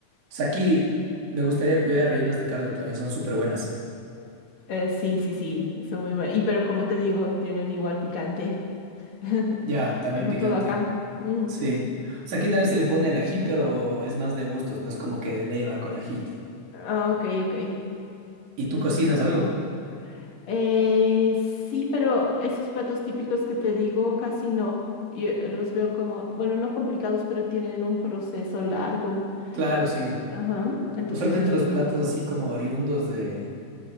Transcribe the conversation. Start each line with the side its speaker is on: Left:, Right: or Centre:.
Right: sea, aquí
Left: sí.
Right: me gustaría cuidar rellenas de carne, también son súper buenas.
Left: Eh, sí, sí, sí, son muy buenas. Y pero como te digo, tienen igual picante, <laughs>
Right: Ya, también
Left: como
Right: picante.
Left: todo acá. Mm.
Right: Sí. O sea, aquí también se le pone el ají, pero es más de gustos, no es como que de ley va con ají.
Left: Ah, ok, ok.
Right: ¿Y tú cocinas
Left: Ah,
Right: algo?
Left: ya. Eh, sí, pero esos platos típicos que te digo, casi no. Yo eh, los veo como, bueno, no complicados, pero tienen un proceso largo.
Right: Claro, sí.
Left: Ajá. Entonces
Right: Usualmente
Left: yo estoy
Right: los platos
Left: como...
Right: así como oriundos de,